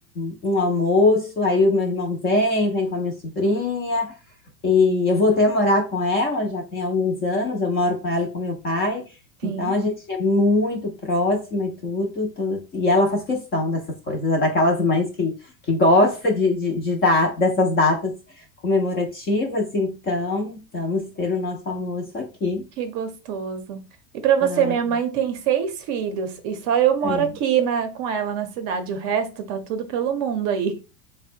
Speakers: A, on the left; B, on the right.
A: um- um almoço, aí o meu irmão vem, vem com a minha sobrinha, e eu voltei a morar com ela, já tem alguns anos, eu moro com ela e com meu pai,
B: Sim.
A: então a gente é muito próxima e tudo, tudo- e ela faz questão dessas coisas, é daquelas mães que, que gosta de, de, de dar dessas datas comemorativas, então vamos ter o nosso almoço aqui.
B: Que gostoso. E para você,
A: Ai,
B: minha mãe tem seis filhos e só eu moro
A: é.
B: aqui na, com ela na cidade. O resto tá tudo pelo mundo aí.